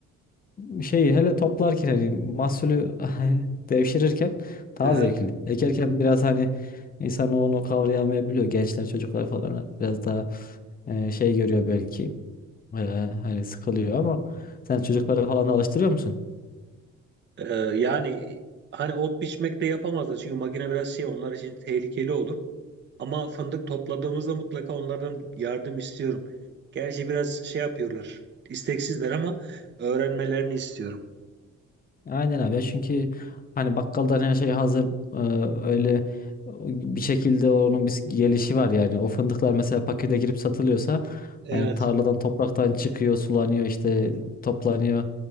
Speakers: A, on the left (about 30°); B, on the right (about 35°).
A: e, şey hele toplarken hani mahsulü <laughs> devşirirken daha
B: Hı hı.
A: zevkli. Ekerken biraz hani insan onu kavrayamayabiliyor. Gençler çocuklar falan biraz daha e, şey görüyor belki. E, hani sıkılıyor ama sen çocukları falan da alıştırıyor musun?
B: E, yani hani ot biçmekte yapamazlar çünkü makine biraz şey onlar için tehlikeli olur. Ama fındık topladığımızda mutlaka onlardan yardım istiyorum. Gerçi biraz şey yapıyorlar. isteksizler ama öğrenmelerini istiyorum.
A: Aynen abi ya çünkü hani bakkaldan her şey hazır e, öyle bir şekilde onun bir gelişi var yani o fındıklar mesela pakete girip satılıyorsa
B: Evet,
A: hani tarladan topraktan çıkıyor sulanıyor işte toplanıyor